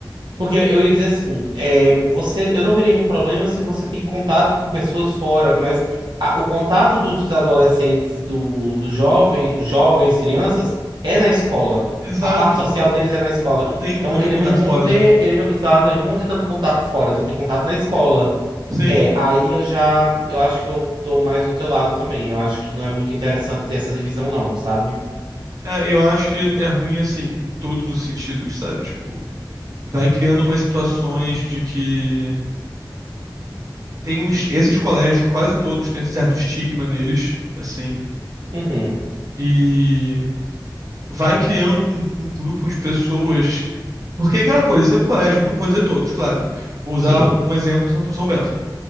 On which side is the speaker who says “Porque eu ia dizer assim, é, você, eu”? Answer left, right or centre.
Right